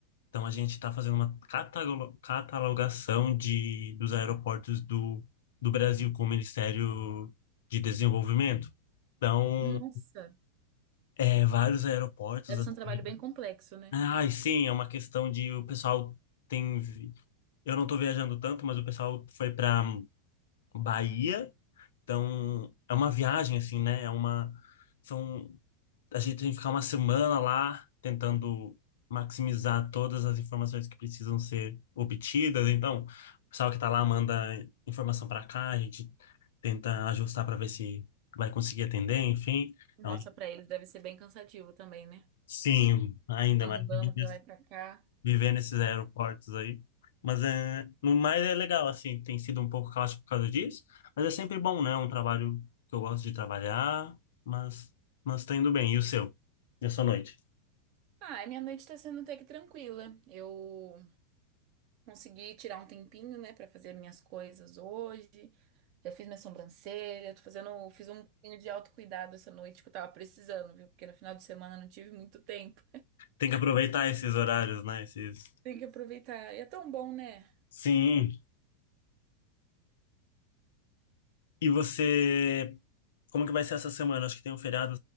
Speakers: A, on the left; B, on the right.
A: Então a gente está fazendo uma catalo- catalogação de, dos aeroportos do, do Brasil com o Ministério de Desenvolvimento. Então,
B: Nossa,
A: é, vários aeroportos
B: deve
A: assim.
B: ser um trabalho bem complexo, né?
A: Ai, sim, é uma questão de o pessoal tem. vi- Eu não estou viajando tanto, mas o pessoal foi para Bahia. Então, é uma viagem assim, né? É uma são a gente tem que ficar uma semana lá tentando maximizar todas as informações que precisam ser obtidas. Então, o pessoal que está lá manda informação para cá, a gente tenta ajustar para ver se vai conseguir atender, enfim.
B: Nossa,
A: Então,
B: para eles deve ser bem cansativo também, né?
A: sim, ainda
B: Tá
A: mais
B: andando
A: viver
B: pra
A: nes-
B: lá e pra cá.
A: viver nesses aeroportos aí. Mas é, no mais é legal, assim, tem sido um pouco caótico por causa disso, mas é sempre bom, né? Um trabalho que eu gosto de trabalhar, mas mas tá indo bem. E o seu? E a sua noite?
B: Ah, minha noite tá sendo até que tranquila. Eu consegui tirar um tempinho, né, pra fazer minhas coisas hoje. Já fiz minha sobrancelha, tô fazendo, fiz um pouquinho de autocuidado essa noite que eu tava precisando, viu? Porque no final de semana eu não tive muito tempo.
A: Tem que aproveitar esses horários, né? Esses...
B: Tem que aproveitar. E é tão bom, né?
A: Sim. E você, como que vai ser essa semana? Acho que tem um feriado